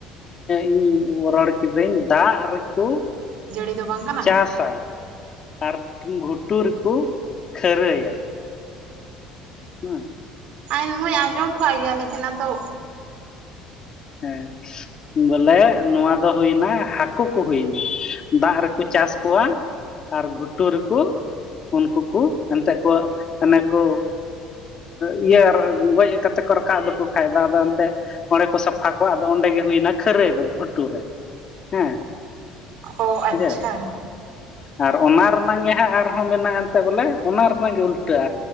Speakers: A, on the left; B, on the right.
A: ᱤᱧ ᱨᱚᱲ ᱠᱤᱫᱟᱹᱧ ᱫᱟᱜ ᱨᱮᱠᱚ
B: ᱡᱟᱹᱲᱤ ᱫᱚ ᱵᱟᱝ ᱠᱟᱱᱟ
A: ᱪᱟᱥᱟ ᱟᱨ ᱜᱷᱩᱴᱩ ᱨᱮᱠᱩ ᱠᱷᱟᱹᱨᱟᱹᱭᱟ <unintelligible>
B: ᱟᱡ ᱦᱚᱭ ᱟᱸᱡᱚᱢ ᱠᱟᱜ ᱜᱮᱭᱟ ᱞᱮᱠᱤᱱ ᱟᱫᱚ
A: ᱦᱮᱸ ᱵᱚᱞᱮ ᱱᱚᱣᱟ ᱫᱚ ᱦᱩᱭᱱᱟ ᱦᱟᱹᱠᱩ ᱠᱚ ᱦᱩᱭᱱᱟ ᱫᱟᱜ ᱨᱮᱠᱚ ᱪᱟᱥ ᱠᱚᱣᱟ ᱟᱨ ᱜᱷᱩᱴᱩ ᱨᱮᱠᱚ ᱩᱱᱠᱩ ᱠᱚ ᱮᱱᱛᱮᱫ ᱠᱚ ᱚᱱᱮ ᱠᱚ ᱤᱭᱟᱹ ᱜᱚᱡ ᱠᱟᱛᱮ ᱠᱚ ᱨᱟᱠᱟᱵ ᱞᱮᱠᱚ ᱠᱷᱟᱡ ᱫᱚ ᱟᱫᱚ ᱮᱱᱛᱮ ᱚᱬᱮ ᱠᱚ ᱥᱟᱯᱷᱟ ᱟᱠᱚᱣᱟᱜ ᱫᱚ ᱚᱸᱰᱮ ᱜᱮ ᱦᱩᱭᱱᱟ ᱠᱷᱟᱹᱨᱟᱹᱭ ᱫᱚ ᱵᱷᱩᱴᱩ ᱨᱮ ᱦᱮᱸ
B: ᱚ
A: ᱵᱩᱡᱷᱟᱹᱣ
B: ᱟᱪᱪᱷᱟ
A: ᱟᱨ ᱚᱱᱟ ᱨᱮᱱᱟᱝ ᱜᱮ ᱦᱟᱸᱜ ᱟᱨᱦᱚᱸ ᱢᱮᱱᱟᱜ-ᱟ ᱮᱱᱛᱮ ᱵᱚᱞᱮ ᱚᱱᱟ ᱨᱮᱱᱟᱝ ᱜᱮ ᱩᱞᱴᱟᱹᱜᱼᱟ